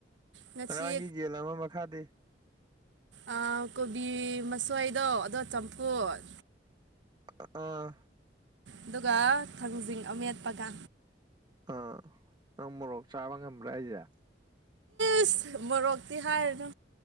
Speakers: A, on the right; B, on the right.
A: ꯉꯁꯤ
B: ꯉꯔꯥꯡꯒꯤ ꯌꯦꯟ ꯑꯃ ꯃꯠ ꯈꯥꯗꯤ
A: ꯑꯥ ꯀꯣꯕꯤ ꯃꯁꯣꯏꯗꯣ ꯑꯗꯣ ꯆꯝꯐꯨꯠ
B: ꯑꯛ ꯑꯥꯥ
A: ꯑꯗꯨꯒ ꯊꯥꯡꯖꯤꯡ ꯑꯃꯦꯠꯄꯒ
B: ꯑꯥ ꯅꯪ ꯃꯣꯔꯣꯛ ꯆꯥꯕ ꯉꯝꯕ꯭ꯔꯥ ꯍꯥꯏꯖꯦ
A: ꯏꯁ ꯃꯣꯔꯣꯛꯇꯤ ꯍꯥꯏꯔꯅꯨ